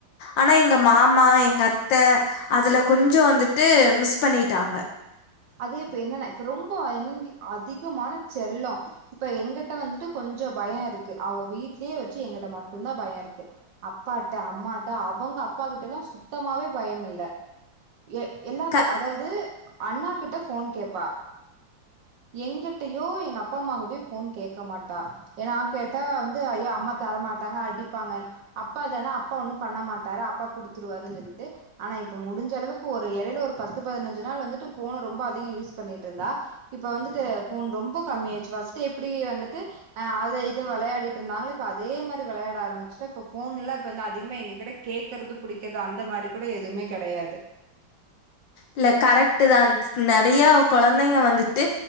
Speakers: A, on the left (about 75°); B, on the right (about 70°).
A: ஆனா எங்க மாமா எங்க அத் அத்த அதுல கொஞ்சம் வந்துட்டு மிஸ் பண்ணிட்டாங்க
B: அதே இப்ப என்னன்னா இப்ப ரொம்ப என்னன்னு அதிகமான செல்லம் இப்ப எங்ககிட்ட வந்துட்டு கொஞ்சம் பயம் இருக்கு அவ வீட்லயே வச்சு எங்கிட்ட மட்டும் தான் பயம் இருக்கு அப்பாட்ட அம்மாட்ட அவுங்க அப்பா கிட்ட எல்லாமே சுத்தமாவே பயம் இல்ல ஏ எல்லாத்து
A: க
B: அதாவது அண்ணா அப்ப ஃபோன் கேட்பா எங்கிட்டயோ எங்க அப்பா அம்மா கிட்டயோ ஃபோன் கேட்க மாட்டா ஏனா கேட் தா வந்து ஐயோ அம்மா தரமாட் டாங்க அடிப்பாங்கனு அப்பா தான அப்பா ஒன்னு பண்ண மாட்டாரு அப்பா குடுத்துருவாருன் சொல்ட்டு ஆனா இப்ப முடிஞ்ச அளவுக்கு ஒரு எடையில ஒரு பத்து பதினஞ்சி நாள் வந்துட்டு ஃபோன ரொம்ப அதிக யூஸ் பண்ணிட் இருந்தா இப்ப வந்துட்டு ஃபோன் ரொம்போ கம்மி ஆயிச்சு ஃபஸ்ட்டு எப்டி வந்துட்டு அ அத இத வெளையாடிட் இருந்தாங்களோ இப்ப அதே மாரி வெளையாட ஆரம்பிச்ட்டா இப்ப ஃபோன் எல்லா இப்ப வந்து அதிகமா எங்ககிட்ட கேக்குறது புடிக்கிறது அந்த மாரி கூட எதுமே கெடையாது
A: இல்ல கரெக்ட்டு தான் நெறைய கொழந்தைங்க வந்துட்டு